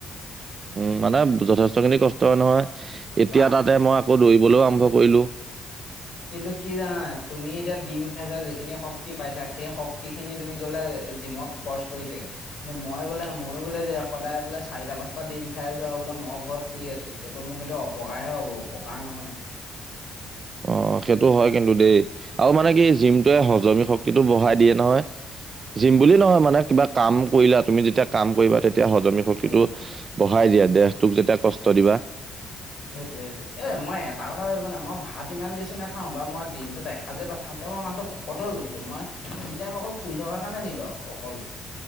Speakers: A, on the right; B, on the left.
A: উম মানে যথেষ্ট খিনি কষ্ট হয় নহয় এতিয়া
B: বাৰু
A: তাতে মই আকৌ দৌৰিবলৈও আৰ- ম্ভ কৰিলো।
B: কিন্তু কি জানা নাই তুমি এতিয়া ডিম খাইছা যিখিনি শক্তি পাইছা সেই শক্তি খিনি তুমি গৈ পেলাই জিমত খৰচ কৰিছাগে। কিন্তু মই বোলে ময়ো বোলে যে সদায় বোলে চাৰিটা পাঁচটা ডিম খাই আছো আৰু বোলে মই ঘৰত শুই আছো। সেইটো মোৰ কিন্তু অপকাৰহে হ'ব উপকাৰ নহয়।
A: অ সেইটো হয় কিন্তু দেই আৰু মানে কি জিমটোৱে হজমি শক্তিটো বঢ়াই দিয়ে নহয়। জিম বুলি নহয় মানে কিবা কাম কৰিলা তুমি যেতিয়া কাম কৰিবা তেতিয়া তেতিয়া হজমি শক্তিটো
B: সেই
A: বঢ়াই দিয়া দেহটোক যেতিয়া কষ্ট দিবা
B: সেইটোৱে সেইটোৱে এ মই এটা কথা ভাবিবা নাই মই ভাত ইমান বেছি নাখাওঁ বা মই দিনটোত এসাঁজে ভাত খাওঁ। তেওঁ মই মানুহতো শকত হৈ গৈছোঁ মই নি টাইম অকল শুই থকাৰ কাৰণে নি বাৰু অকল